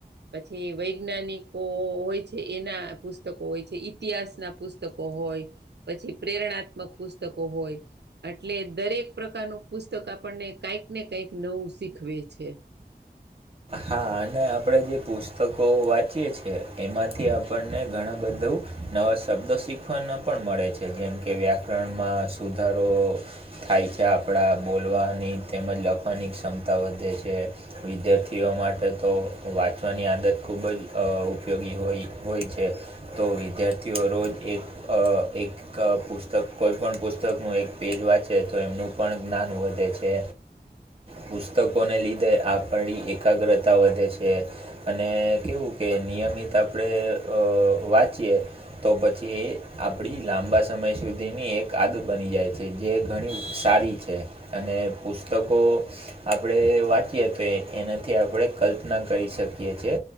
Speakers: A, on the right; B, on the right.
A: પછી વૈજ્ઞાનિકો હોય છ છે એના પુસ્તકો હોય છે. ઇતિહાસ ના પુસ્તકો હોય. પછી પ્રેરણાત્મક પુસ્તકો હોય. અટલે દરેક પ્રકારનું પુસ્તક આપણને કાંઈક ને કાંઈક નવું શીખવે છે.
B: હા. અને આપણે જે પુસ્તકો વાંચીએ છીએ, એમાંથી આપણને ઘણું બધું નવા શબ્દો શીખવાના પણ મળે છે. જેમ કે વ્યાકરણમાં સુધારો થાય છે. આપણા બોલવાની તેમજ લખવાની ક્ષમતા વધે છે. વિદ્યાર્થી ર્થીઓ માટે તો વાંચવાની આદત ખૂબ જ અહ ઉપયોગી હોય-હોય છે. તો વિદ્યાર્થીઓ રોજ એક અહ એક ક પુસ્તક, કોઈ પણ પુસ્તકનું એક પેજ વાંચે તો એમનું પણ જ્ઞાન વધે છે. પુસ્તકોને લીધે આપણી એકાગ્રતા વધે છે. અને કેવું કે નિયમિત આપણે અહ વાંચીએ તો પછી આપણી લાંબા સમય સુધીની એક આદત બની જાય છે. જે ઘણી સારી છે. અને પુસ્તકો આપણે વાંચીએ તો એક એને થી આપણે કલ્પના કરી શકીએ છીએ.